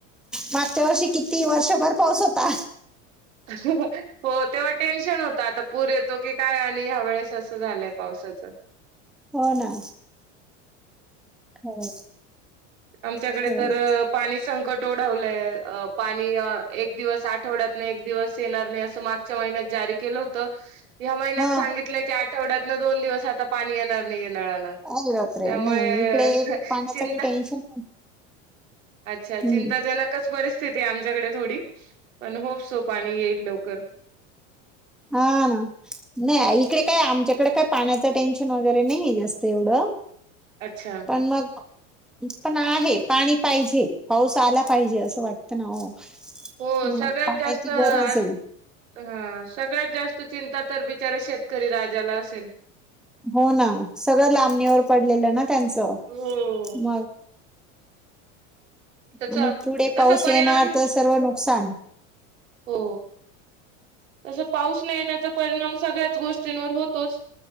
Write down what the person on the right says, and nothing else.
हो, तेव्हा टेन्शन होत, आता पूर येतो की काय, आणि या वेळेस असं झालंय पावसाचं.
आमच्याकडे
तर पाणी संकट ओढवलंय. अ पाणी एक दिवस आठवड्यात एक दिवस येणार नाही. अस मागच्या महिन्यात जारी केलं होत. या महिन्यात
सांगितलं की आठ आठवढ्यात ना दोन दिवस आता पाणी येणार नाही नळाला.
त्यामुळे
चिंता
अच्छा,
चिंताजनकच परिस्थिती आहे. आमच्याकडे थोडी, पण हो सो पाणी येईल लवकर.
अच्छा.
हो,
सगळ्यात
जास्त
आज
हा, सगळ्यात जास्त चिंता तर बिचऱ्या शेतकरी राजाला असेल.
हो.
त्याचा
तसा
परिणाम
हो, तस पाऊस न येण्याचा परिणाम सगळ्याच गोष्टींवर होतोच.